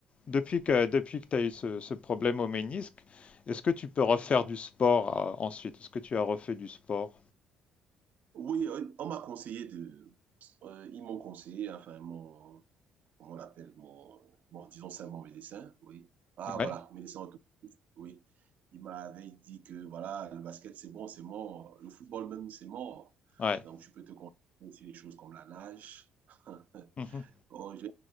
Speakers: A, on the left; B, on the right.
A: depuis que, depuis que tu as eu ce, ce problème au ménisque, est-ce que tu peux refaire du sport euh, ensuite? Est-ce que tu as refait du sport?
B: Oui, euh, on m'a conseillé de. euh, ils m'ont conseillé, enfin, mon, comment on l'appelle, mon, bon, disons c'est un bon médecin, oui. Ah,
A: Ouais.
B: voilà, médecin orthopédiste, oui. Il m'avait dit que, voilà, le basket, c'est bon, c'est mort. Le football même, c'est mort.
A: Ouais.
B: Donc, tu peux te concentrer sur des choses comme la nage. <laughs>
A: Mhm.
B: Bon, j'ai-